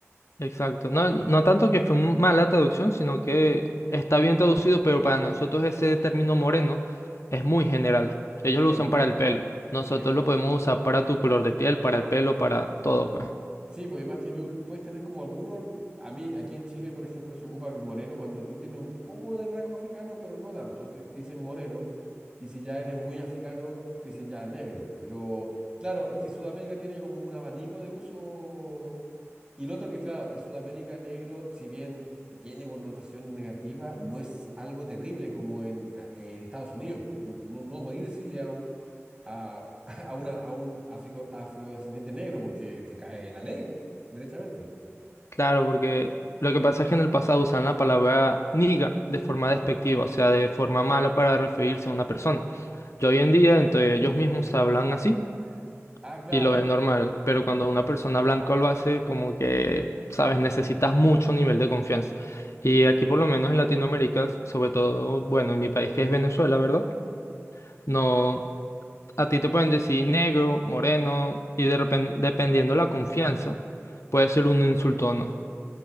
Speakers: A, on the left (about 70°); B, on the right (about 20°).
A: Exacto. No, no tanto que fue un- mala traducción, sino que está bien traducido, pero para nosotros ese término moreno es muy general. Ellos
B: Es
A: lo usan
B: muy-
A: para el pelo. Nosotros
B: eh,
A: lo podemos usar para tu color de piel, para el pelo, para todo, pues.
B: sí, pues además que tú puedes tener como algunos, a mí aquí en Chile, por ejemplo, se ocupa que moreno cuando tú tienes un poco de rasgo africano, pero no tanto, te, te dicen moreno. Y si ya eres muy africano, te dicen ya negro. Pero claro, es que Sudamérica tiene como un abanico de uso Y lo otro que, claro, en Sudamérica negro, si bien eh, tiene connotación negativa, no es algo terrible como en, a- en Estados Unidos, porque no, no podéis decirle a un, a, <laughs> a una, a un africo- afrodescendiente negro porque te cae la ley, derechamente.
A: Claro, porque lo que pasa es que en el pasado usaban la palabra niga de forma despectiva, o sea, de forma mala para referirse a una persona. Yo hoy en día entre ellos mismos hablan así
B: Ah, claro.
A: y lo ven normal, pero cuando una persona blanca lo hace, como que, sabes, necesitas mucho nivel de confianza. Y aquí por lo menos en Latinoamérica, sobre todo, bueno, en mi país que es Venezuela, ¿verdad? No, a ti te pueden decir negro, moreno y de repente, dependiendo la confianza, puede ser un insulto o no.